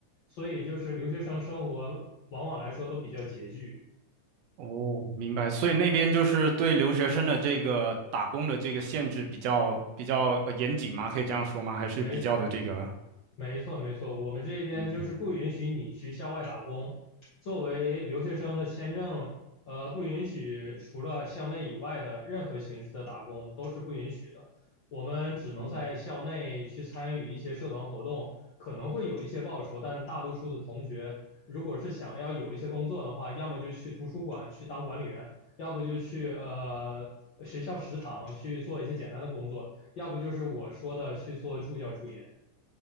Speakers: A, on the left; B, on the right.
A: 所以就是留学生生活往往来说都比较拮据，
B: 哦，明白。所以那边就是对留学生的这个打工的这个限制比较比较呃严谨吗？可以这样说吗？还是比较的这个
A: 没没错，没错，我们这边就是不允许你去校外打工。
B: 嗯。
A: 作为留学生的签证，呃，不允许除了校内以外的任何形式的打工都是不允许的。我们只能在校内去参与一些社团活动，
B: 嗯
A: 可能会有一些报酬，但大多数的同学如果是想要有一些工作的话，要么就去图书馆去当管理员，要不就去呃学校食堂去做一些简单的工作，要不就是我说的去做助教助研。